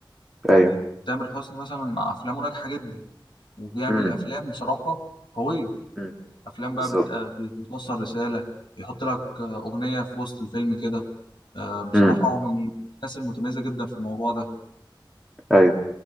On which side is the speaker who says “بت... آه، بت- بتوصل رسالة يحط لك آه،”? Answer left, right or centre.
Left